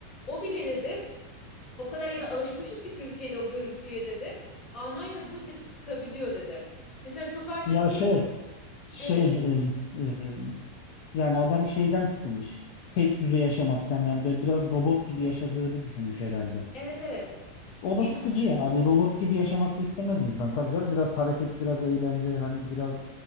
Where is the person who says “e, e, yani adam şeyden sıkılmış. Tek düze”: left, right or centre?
Left